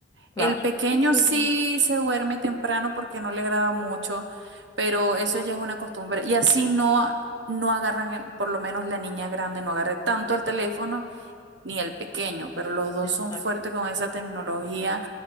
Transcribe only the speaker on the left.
claro.
Sí, sí,
sí.
Exacto.